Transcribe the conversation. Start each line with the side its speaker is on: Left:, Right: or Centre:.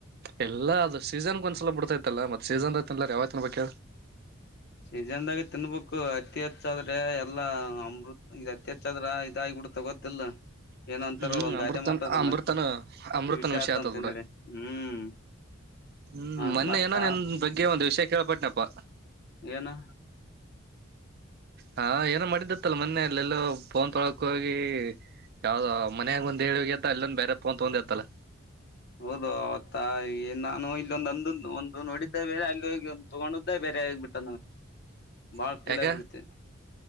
Right: ಎಲ್ಲಾ ಅದು ಸೀಸನ್ಗ ಒಂದ್ಸಲ ಬಿಡ್ತೈತ್ತಲ್ಲ ಮತ್ತ ಸೀಸನ್ ಐತ್ತನ್ಲ್ಲಾರ ಯಾವ್ತನ್ ಬೇಕ
Left: ಸೀಜನ್ದಾಗ ತಿನ್ಬೇಕು ಅತಿ ಹೆಚ್ಚಾದ್ರೆ ಎಲ್ಲಾ ಅಮೃತ್ ಇದ ಅತಿ ಹೆಚ್ಚಾದ್ರ ಇದ ಬಿಡುತ್ತಾ ಗೊತ್ತಿಲ್ಲ ಏನ ಅಂತಾರಲ್ಲ
Right: ಹ್ಮ್
Left: ಒ
Right: ಅಮೃತನ್
Left: ಗಾದೆ ಮಾತದಲ್ಲ
Right: ಅಮೃತನ ಅಮೃತನ
Left: ವಿಷಯ ಆತ
Right: ಆತದ್
Left: ಅಂತಂದಳೆ
Right: ಬಿಡ
Left: ಹ್ಮ್
Right: ಹ್ಮ್
Left: ಹ
Right: ಮೊನ್ನೆ
Left: ಮತ್ತ
Right: ಏನೋ ನಿನ್ ಬಗ್ಗೆ ಒಂದು್ ವಿಷಯ ಕೇಳಳ್ಪಟ್ಟನಪ್ಪಾ
Left: ಏನು
Right: ಹಾ ಏನೋ ಮಾಡಿದ್ದತ್ತಲ್ಲ ಮೊನ್ನೆ ಅಲ್ಲೆಲ್ಲೋ ಫೋನ್ ತೊಳಕ ಹೋಗಿ ಯಾವ್ದ ಮನ್ಯಾಗ ಒಂದ್ ಹೇಳುವಗ ಅತ್ತ ಅಲ್ಲೊಂದ ಬೇರೆ ಫೋನ್ ತೋಗೊಂಡಿ ಅಂತಲ್ಲ
Left: ಹೌದು ಅವತ್ತಾ ನಾನು ಇಲ್ಲೊಂದು ಅಂದುಂದು ಒಂದು ನೋಡಿದ್ದೇ ಬೇರೆ ಅಲ್ಲಿೋಗಂದು ತಗೊಂಡುದೇ ಬೇರೆ ಬಿಯಾಗಿಬಿಟ್ಟ
Right: <inaudible>
Left: ಬಾಳ್ ಕೀಲ
Right: ಯಾಕ
Left: ಬಿಡತ್ತೆ